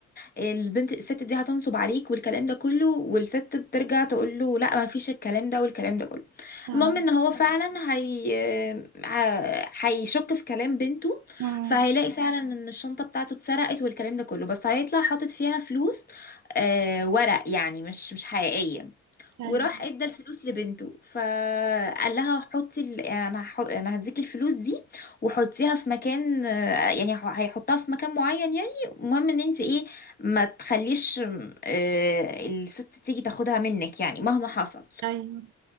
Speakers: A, on the left (about 30°); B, on the right (about 75°).
A: البنت الست دي هتنصب عليك والكلام ده كله والست بترجع تقول له لا ما فيش الكلام ده والكلام ده كله
B: آه.
A: المهم ان هو فعلا هي آم، ع- هيشك في كلام بنته
B: مم.
A: فهيلاقي فعلا ان الشنطة بتاعته اتسرقت والكلام ده كله بس هيطلع حاطط فيها فلوس آه، ورق يعني مش مش حقيقية
B: أيوة
A: وراح ادى الفلوس لبنته فقال لها حطي ال... يعني انا هح- انا هديك الفلوس دي وحطيها في مكان آه، يعني ح- هيحطها في مكان معين يعني المهم ان انت ايه ما تخليش آه، الست تيجي تاخدها منك يعني مهما حصل
B: أيوة